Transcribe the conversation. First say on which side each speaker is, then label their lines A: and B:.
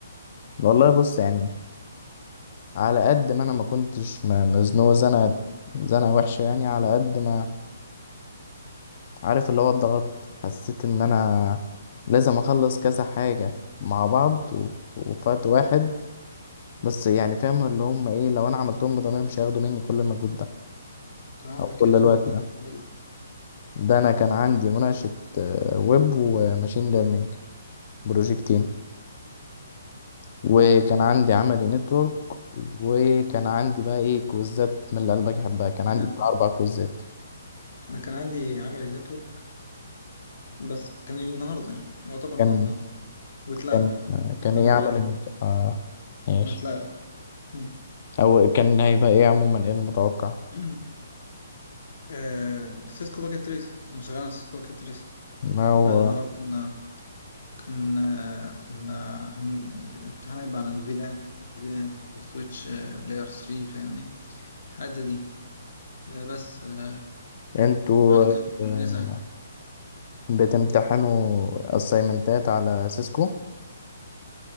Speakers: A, on the left; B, on the left.
A: والله بص يعني على قد ما انا ما كنتش م- مزنوق زنقه زنقه وحشه يعني على قد ما عارف اللي هو الضغط حسيت ان انا لازم اخلص كذا حاجه مع بعض وف- وفي وقت واحد بس يعني فاهم اللي هم ايه لو انا عملتهم بضمير مش هياخدوا مني كل المجهود ده
B: كان عندك
A: او كل
B: ايه الأسبوع
A: الوقت
B: ده
A: ده
B: بتعمله؟
A: ده انا كان عندي مناقشة آه، ويب وماشين ليرنينج بروجكتين وكان عندي عملي نتورك وكان عندي بقى ايه كوزات من اللي قلبك يحبها كان عندي
B: <laughs>
A: بتاع اربع كوزات
B: أنا كان عندي عملي نتورك بس كان النهارده يعني يعتبر النهارده
A: كان
B: واتلغى
A: كان آه، كان
B: يبقى
A: ايه
B: الاسبوع
A: عمل
B: اللي جاي
A: النتورك آه ماشي
B: ما اتلغى مم.
A: او كان هيبقى ايه عموما ايه المتوقع
B: <clears throat> آه سيسكو باكيت تريس انا شغال على سيسكو باكيت تريس
A: ما هو
B: فاللي هو كنا كان آه كنا هن... الامتحان هيبقى عن الفيلان الفيلان والسويتش آه لاير 3 فاهمني حاجة زي دي آه بس آه
A: انتوا
B: يعني كانت
A: آه،
B: الدنيا سهلة
A: بتمتحنوا اسايمنتات على سيسكو